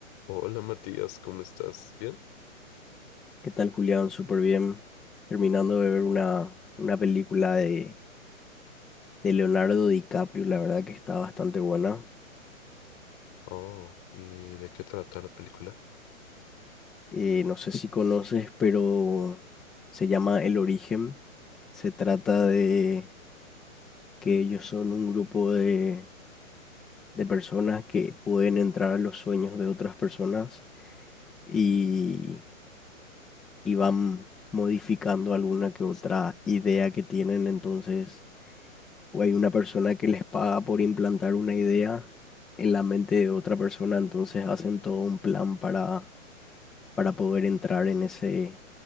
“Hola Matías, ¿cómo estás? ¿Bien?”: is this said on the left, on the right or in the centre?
Left